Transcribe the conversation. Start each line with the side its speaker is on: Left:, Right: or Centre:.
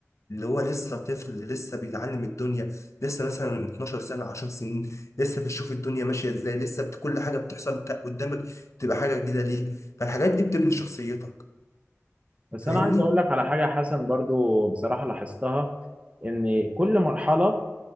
Left: اللي هو لسه طفل لسه بيتعلم الدنيا لسه مثلا 12 سنة 10 سنين لسه بتشوف الدنيا ماشية ازاي لسه بت- كل حاجة بتحصل تا- قدامك بتبقى حاجة جديدة ليك فالحاجات دي بتبني شخصيتك
Right: بس
Left: فاهمني؟
Right: انا عايز اقول لك على حاجه يا حسن برضو بصراحه لاحظتها ان كل مرحله